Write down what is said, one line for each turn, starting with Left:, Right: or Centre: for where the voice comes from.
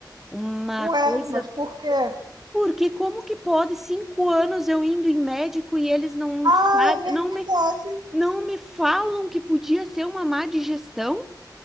Centre: uma
Right: Ué,
Centre: coisa,
Right: mas por quê?
Centre: porque como que pode cinco anos eu indo em médico e eles não
Right: Ah,
Centre: sabem,
Right: é verdade.
Centre: não me, não me falam que podia ser uma má digestão?